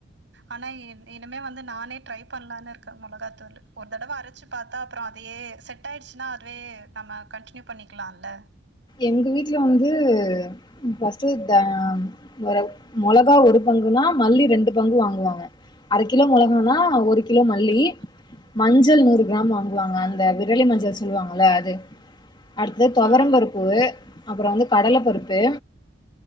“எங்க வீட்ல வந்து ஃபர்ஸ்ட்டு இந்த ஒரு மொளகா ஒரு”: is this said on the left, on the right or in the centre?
Left